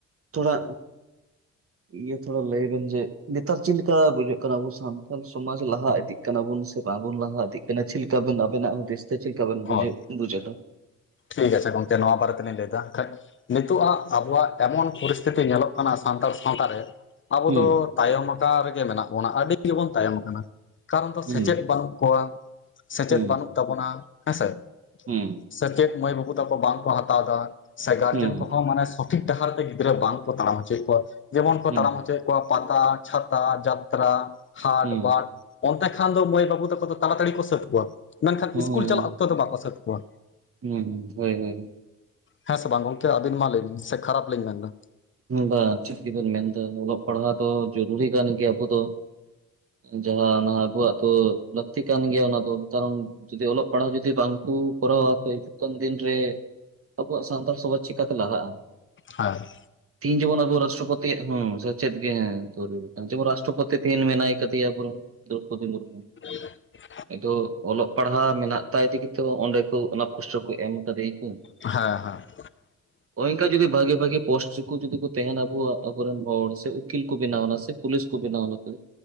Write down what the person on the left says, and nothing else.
ᱦᱳᱭ
ᱴᱷᱤᱠ ᱟᱪᱷᱮ ᱜᱚᱝᱠᱮ ᱱᱚᱣᱟ ᱵᱟᱨᱮ ᱛᱮᱞᱤᱧ ᱞᱟᱹᱭ ᱮᱫᱟ, ᱟᱠᱷᱟᱡ ᱱᱤᱛᱚᱜ ᱟᱜ ᱟᱵᱚᱣᱟᱜ ᱮᱢᱚᱱ ᱯᱚᱨᱤᱥᱛᱷᱤᱛᱤ ᱧᱮᱞᱚᱜ ᱠᱟᱱᱟ ᱥᱟᱱᱛᱟᱲ ᱥᱟᱶᱛᱟ ᱨᱮ ᱟᱵᱚ
ᱫᱚ ᱛᱟᱭᱚᱢ ᱟᱠᱟ ᱨᱮᱜᱮ ᱢᱮᱱᱟᱜ ᱵᱚᱱᱟ ᱟᱹᱰᱤ ᱜᱮᱵᱚᱱ ᱛᱟᱭᱚᱢ ᱠᱟᱱᱟ ᱾ ᱠᱟᱨᱚᱱ ᱫᱚ
ᱥᱮᱪᱮᱫ ᱵᱟᱹᱱᱩᱜ ᱠᱚᱣᱟ ᱥᱮᱪᱮᱫ
ᱵᱟᱹᱱᱩᱜ ᱛᱟᱵᱚᱱᱟ ᱦᱮᱸ ᱥᱮ ᱾
ᱥᱮᱪᱮᱫ ᱢᱟᱹᱭ ᱵᱟᱹᱵᱩ ᱛᱟᱠᱚ ᱵᱟᱝ ᱠᱚ ᱦᱟᱛᱟᱣᱫᱟ ᱥᱮ ᱜᱟᱨᱡᱮᱱ
ᱠᱚᱦᱚᱸ ᱢᱟᱱᱮ ᱥᱚᱴᱷᱤᱠ ᱰᱟᱦᱟᱨ ᱛᱮ ᱜᱤᱫᱽᱨᱟᱹ ᱵᱟᱝ ᱠᱚ ᱛᱟᱲᱟᱢ ᱦᱚᱪᱚᱭᱮᱫ ᱠᱚᱣᱟ ᱡᱮᱢᱚᱱ ᱠᱚ
ᱛᱟᱲᱟᱢ ᱦᱚᱪᱚᱭᱮᱫ ᱠᱚᱣᱟ ᱯᱟᱛᱟ, ᱪᱷᱟᱛᱟ, ᱡᱟᱛᱨᱟ, ᱦᱟᱴ
ᱵᱟᱴ ᱚᱱᱛᱮ ᱠᱷᱟᱱ ᱫᱚ ᱢᱟᱹᱭ ᱵᱟᱹᱵᱩ ᱛᱟᱠᱚ ᱫᱚ ᱛᱟᱲᱟᱛᱟᱲᱤ ᱠᱚ ᱥᱟᱹᱛ ᱠᱚᱣᱟ, ᱢᱮᱱᱠᱷᱟᱱ
ᱤᱥᱠᱩᱞ ᱪᱟᱞᱟᱜ ᱚᱠᱛᱚ ᱫᱚ ᱵᱟᱠᱚ ᱥᱟᱹᱛ ᱠᱚᱣᱟ
ᱦᱮᱸ ᱥᱮ ᱵᱟᱝ ᱜᱚᱝᱠᱮ ᱟᱹᱵᱤᱱ ᱢᱟ ᱞᱟᱹᱭ ᱵᱤᱱ ᱥᱮ ᱠᱷᱟᱨᱟᱯ ᱞᱤᱧ ᱢᱮᱱᱫᱟ
ᱦᱳᱭ
<unintelligible>
ᱦᱮᱸ ᱦᱮᱸ